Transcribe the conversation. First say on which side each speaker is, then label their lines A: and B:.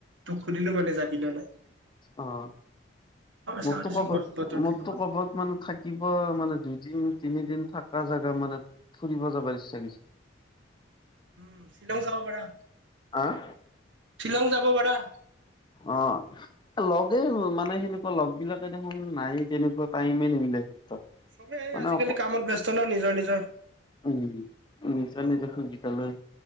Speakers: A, on the right (about 65°); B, on the left (about 25°).
A: তোক সুধিলো মানে যাবি নে নাই
B: অ',
A: চাও
B: মোৰতো
A: দেচোন
B: ক'বাত
A: বত- বতৰটোৰ
B: মোৰতো
A: লগত
B: ক'বাত মানে থাকিব মানে দুইদিন তিনিদিন থাক থাকা জাগা মানে ফুৰিব যাবৰ ইচ্ছা গিছি
A: উম শ্বিলং যাব পাৰা
B: আহ
A: শ্বিলং যাব পাৰা
B: অ', লগেই মানে সেনেকুৱা লগ বিলাকে দেখোন নাই তেনেকুৱা টাইমে নিমিলে সিহঁতৰ।
A: চবেই
B: মানে
A: আজিকালি
B: অক
A: কামত ব্যস্ত ন নিজৰ নিজৰ
B: উম নিজৰ নিজে সুবিধা লৈ